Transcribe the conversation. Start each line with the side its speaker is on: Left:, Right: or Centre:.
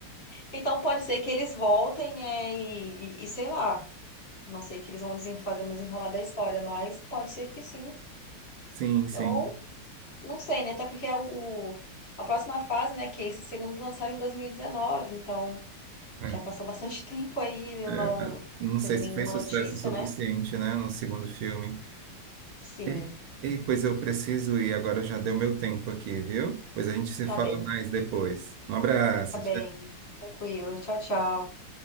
Left: Então pode ser que eles voltem eh, e, e- e sei lá, não sei o que eles vão desen- fazer no desenrolar da história, mas pode ser que sim.
Right: Sim, sim.
Left: ou Não sei, né? Até porque é o, a próxima fase, né? Que é esse segundo lançaram em 2019, então
Right: É,
Left: já passou bastante <laughs> tempo aí eu
Right: é,
Left: não
Right: não sei
Left: teve
Right: se
Left: nenhuma
Right: fez sucesso
Left: notícia,
Right: o suficiente,
Left: né?
Right: né, no segundo filme.
Left: Sim,
Right: E, e, pois eu preciso ir, agora já deu meu tempo aqui, viu? Pois a gente se
Left: tá
Right: fala
Left: bem,
Right: mais depois. Um abraço.
Left: tá bem. Tranquilo. Tchau, tchau.